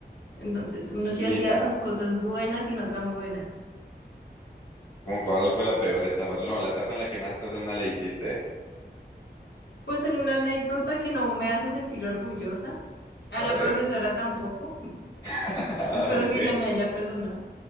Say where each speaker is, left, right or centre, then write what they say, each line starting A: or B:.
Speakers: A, on the left (about 75°); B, on the left (about 25°).
A: Entonces uno
B: ya.
A: sí hacía sus cosas buenas y no tan buenas.
B: ¿Cómo cuál fue la peor etapa? No, la etapa en la que más cosas malas hiciste.
A: Pues tengo una anécdota que no me hace sentir orgullosa, a
B: A
A: la
B: ver.
A: profesora tampoco.
B: <laughs> Ah,
A: Espero
B: Ok.
A: que ya me haya perdonado.